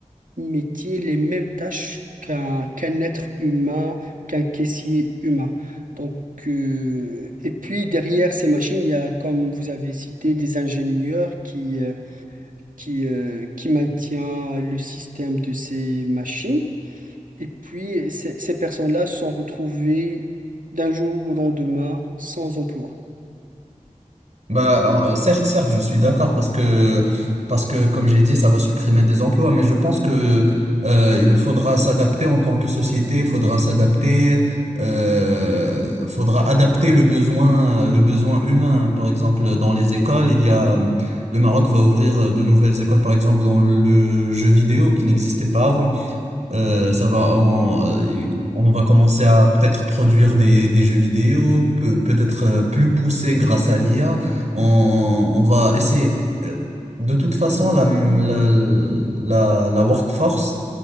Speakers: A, on the right; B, on the right.
A: métier, les mêmes tâches qu'un qu'un être humain, qu'un caissier humain. Donc, euh, et puis derrière ces machines, il y a, comme vous avez cité, des ingénieurs qui, euh, qui, euh, qui maintiennent le système de ces machines. Et puis, euh, ces ces personnes-là se sont retrouvées d'un jour au lendemain sans emploi.
B: Bah, en- euh, certes, certes, je suis d'accord parce que, parce que, comme j'ai dit, ça va supprimer des emplois, mais je pense que, euh, il faudra s'adapter en tant que société, faudra s'adapter, euh, faudra adapter le besoin, le besoin humain. Par exemple, dans les écoles, il y a, le Maroc va ouvrir euh, de nouvelles écoles, par exemple, dans le jeu vidéo qui n'existait pas avant. Euh, ça va, on, euh, on va commencer à peut-être produire des, des jeux vidéo, pe- peut-être euh, plus poussés grâce à l'IA. On, on va essayer. euh, De toute façon, la, la, la, la workforce,